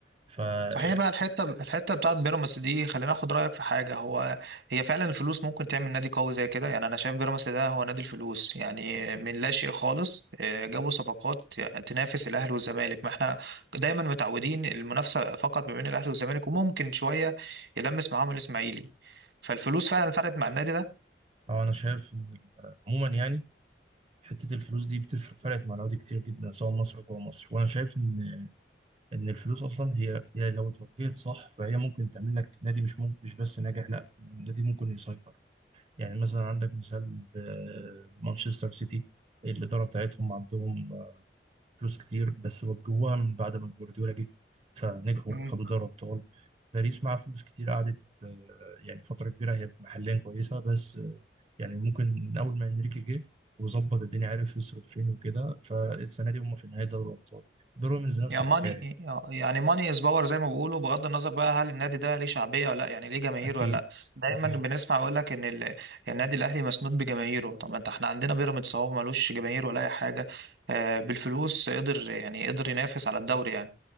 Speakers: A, on the right; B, on the right.
A: ف آه،
B: صحيح بقى الحته الحته بتاعت بيراميدز دي خلينا اخد رايك في حاجه هو هي فعلا الفلوس ممكن تعمل نادي قوي زي كده يعني انا شايف بيراميدز ده هو نادي الفلوس يعني من لا شيء خالص آه، جابوا صفقات تنافس الاهلي والزمالك ما احنا دايما متعودين المنافسه فقط ما بين الاهلي والزمالك وممكن شويه يلمس معاهم الاسماعيلي فالفلوس فعلا فرقت مع النادي
A: آه، انا شايف ان عموما يعني حتة الفلوس دي بتفرق فرقت مع الأهلي كتير جدا سواء مصر أو جوه مصر وأنا شايف إن إن الفلوس أصلا هي هي لو اتوجهت صح فهي ممكن تعمل لك نادي مش ممكن مش بس ناجح لا نادي ممكن يسيطر يعني مثلا عندك مثال ب- مانشستر سيتي الإدارة بتاعتهم عندهم فلوس كتير بس وجوها من بعد ما جوارديولا جه فنجحوا
B: ده
A: خدوا دوري ابطال باريس مع فلوس كتير قعدت آه، يعني فتره كبيره هي محليا كويسه بس آه، يعني ممكن من اول ما انريكي جه وظبط الدنيا عرف يصرف فين وكده فالسنه دي هم في نهايه دوري الابطال بيراميدز نفس
B: يعني
A: الحكايه
B: ماني يعني ماني از باور زي ما بيقولوا بغض النظر بقى هل النادي ده ليه شعبيه ولا لا يعني ليه جماهير
A: اكيد
B: ولا لا دايما
A: اكيد
B: بنسمع يقول لك ان ال- النادي الاهلي مسنود بجماهيره طب ما انت احنا عندنا بيراميدز اهو ملوش جماهير ولا اي حاجه آه، بالفلوس قدر يعني قدر ينافس على الدوري يعني